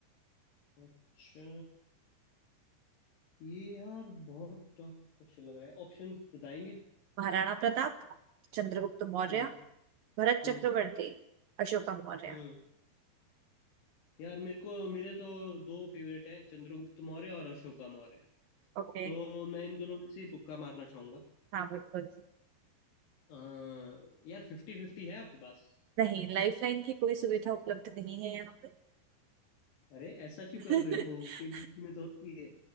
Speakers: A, on the left (about 65°); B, on the right (about 70°).
A: अच्छा ये यार बहुत टफ क्वेश्चन लग रहा है ऑप्शंस बताएंगे
B: महाराणा प्रताप चंद्रगुप्त मौर्य
A: हम्म
B: भरत
A: हम्म
B: चक्रवर्ती अशोका मौर्य
A: हम्म यार मेरे को मेरे तो दो फेवरेट हैं चंद्रगुप्त मौर्य और अशोका मौर्य
B: ओके
A: तो मैं इन दोनों में से ही तुक्का मारना चाहूंगा
B: हाँ बिल्कुल
A: अ, यार फिफ्टी फिफ्टी है आपके पास
B: नहीं लाइफलाइन की कोई सुविधा उपलब्ध नहीं है यहाँ पे
A: अरे ऐसा क्यों
B: <laughs>
A: कर रहे हो केबीसी में तो होती है